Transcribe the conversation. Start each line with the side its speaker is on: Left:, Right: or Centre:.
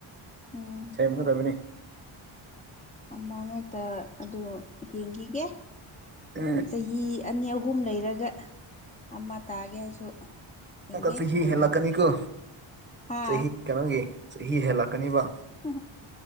Left: ꯎꯝ
Right: ꯁꯦꯝꯒꯗꯕꯅꯤ
Left: ꯑꯃ ꯉꯥꯛꯇ ꯑꯗꯣ ꯌꯦꯡꯈꯤꯒꯦ
Right: ꯎꯝ
Left: ꯆꯍꯤ ꯑꯅꯤ ꯑꯍꯨꯝ ꯂꯩꯔꯒ ꯑꯃ ꯇꯥꯒꯦ ꯍꯥꯏꯁꯨ ꯌꯦꯡꯒꯦ
Right: ꯑꯃꯨꯀ ꯆꯍꯤ
Left: ꯑꯗꯨꯀꯥꯟꯗ
Right: ꯍꯦꯜꯂꯛꯀꯅꯤꯀꯣ
Left: ꯍꯥꯥ
Right: ꯆꯍꯤ ꯀꯩꯅꯣꯒꯤ ꯆꯍꯤ ꯍꯦꯜꯂꯛꯀꯅꯤꯕ
Left: ꯎ